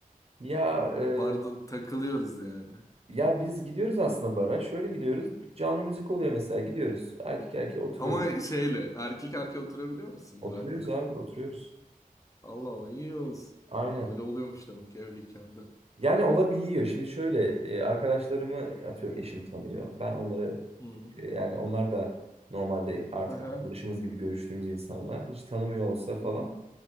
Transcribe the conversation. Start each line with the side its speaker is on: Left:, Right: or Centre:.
Right: Ya e,
Left: Ya barda takılıyoruz yani.
Right: ya biz gidiyoruz aslında bara. Şöyle gidiyoruz. Bir Canlı müzik oluyor mesela. Gidiyoruz. Erkek erkeğe oturuyoruz.
Left: Ama şeyle erkek erkeğe oturabiliyor musun
Right: Oturuyoruz
Left: barda?
Right: abi, oturuyoruz.
Left: Allah Allah iyi olsun.
Right: Aynen.
Left: Öyle oluyormuş demek ki evliyken de.
Right: Yani olabiliyor. Şimdi şöyle e, arkadaşlarımı atıyorum eşim tanıyor. Ben onları
Left: Hı.
Right: e, yani onlar da normalde artık
Left: Aha.
Right: arkadaşımız gibi görüştüğümüz insanlar. Hiç tanımıyor olsa falan.
Left: Hı hı.